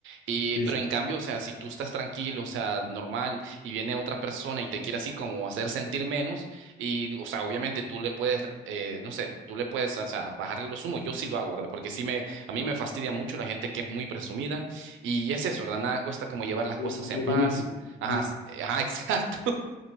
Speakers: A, on the right; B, on the left.
A: Y,
B: Sí,
A: pero
B: sí.
A: en
B: sí.
A: cambio, o sea, si tú estás tranquilo, o sea, normal, y viene otra persona y te quiere así como hacer sentir menos, y, o sea, obviamente tú le puedes, eh, no sé, tú le puedes, o sea, bajarle los humos, yo sí lo hago, ¿verdad? Porque sí me a mí me fastidia mucho la gente que es muy presumida y es eso, ¿verdad? Nada cuesta como llevar las
B: Como,
A: cosas
B: como
A: en paz.
B: Vinicius,
A: Ajá,
B: Vinicius.
A: s- eh, ajá, <laughs> exacto.